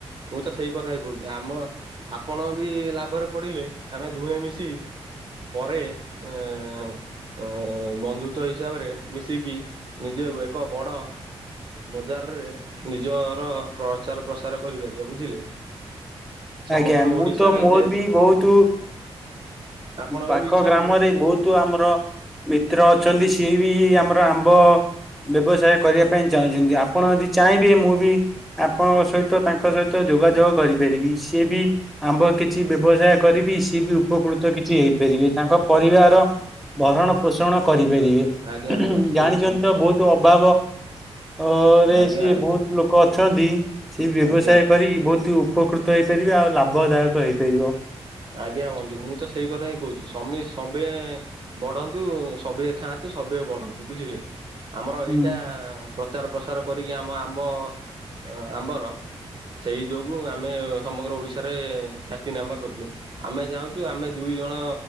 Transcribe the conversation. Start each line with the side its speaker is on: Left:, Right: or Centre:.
Right: ମୁଁ ତ ସେଇ କଥା ହିଁ କୋହୁଚି ଆମ ଆପଣ ବି ଲାଭରେ ପଡ଼ିଲେ ଆମେ ଦୁହେଁ ମିଶି ପରେ ଏଁ ଅଁ ବନ୍ଧୁତ୍ୱ ହିସାବରେ ମିଶିକି ନିଜେ ଏକ ବଡ଼ ବଜାରରେ ନିଜର ପ୍ରଚାର ପ୍ରସାର କରିପାରିବା ବୁଝିଲେ। ସମଗ୍ର
Centre: ଆଜ୍ଞା ମୁଁ
Right: ଓଡିଶାରେ
Centre: ତ ମୋର
Right: ଯେ
Centre: ବି ବୋହୁତୁ,
Right: ଆପଣଙ୍କର
Centre: ପାଖ
Right: ବି ଇଚ୍ଛା
Centre: ଗ୍ରାମରେ
Right: ଥିବ
Centre: ବହୁ ତୁ ଆମର ମିତ୍ର ଅଛନ୍ତି ସିଏ ବି ଆମର ଆମ୍ବ ବ୍ୟବସାୟ କରିବା ପାଇଁ ଚାହୁଁଛନ୍ତି ଆପଣ ଯଦି ଚାହିଁବେ ମୁଁ ବି ଆପଣଙ୍କ ସହିତ ତାଙ୍କ ସହିତ ଯୋଗାଯୋଗ କରିପାରିବି ସିଏ ବି ଆମ୍ଭ କିଛି ବ୍ୟବସାୟ କରିବି ସିଏ ବି ଉପକୃତ କିଛି ହେଇପାରିବେ ତାଙ୍କ ପରିବାର ଭରଣ ପୋଷଣ କରିପାରିବେ
Right: ଆଜ୍ଞା ଆଜ୍ଞା ଠିକ
Centre: ଜାଣିଛନ୍ତି
Right: ଠିକ।
Centre: ତ ବହୁତ ଅଭାବ। ଅ ରେ
Right: ଆଜ୍ଞା
Centre: ସିଏ
Right: ଆଜ୍ଞା
Centre: ବହୁତ ଲୋକ ଅଛନ୍ତି ସିଏ ବ୍ୟବସାୟ
Right: ଆଜ୍ଞା
Centre: କରିକି ବହୁତ ଉପକୃତ ହେଇପାରିବେ ଆଉ ଲାଭଦାୟକ ହେଇପାରିବ।
Right: ଆଜ୍ଞା ବନ୍ଧୁ ମୁଁ ତ ସେଇ କଥା ହିଁ କହୁଛି ସମେ ସଭେ ବଢନ୍ତୁ ସବିଏ ଖାଆନ୍ତୁ ସବିଏ ବଢନ୍ତୁ ବୁଝିଲେ ଆମର
Centre: ହୁଁ
Right: ଏଇଟା ପ୍ରଚାର ପ୍ରସାର କରିକି ଆମ ଆମ୍ବ ଆମ୍ବର ସେଇ ଯୋଗୁଁ ଆମେ ସମଗ୍ର ଓଡ଼ିଶାରେ ଖ୍ୟାତିନାମା କରିଛୁ। ଆମେ ଚାହୁଁଛୁ ଆମେ ଦୁଇ ଜଣ